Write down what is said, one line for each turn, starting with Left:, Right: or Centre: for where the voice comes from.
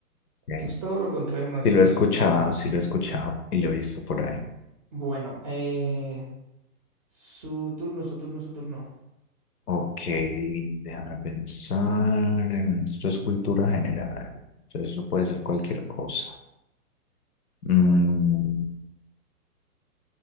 Left: Bien.
Right: que es todo lo contrario a mil novecientos
Left: Sí lo he escuchado,
Right: ochenta y cuatro.
Left: sí lo he escuchado y lo he visto por ahí.
Right: Bueno, eh, su turno, su turno, su turno.
Left: Ok, déjame pensar. Esto es cultura general. Entonces, eso puede ser cualquier cosa. Mm,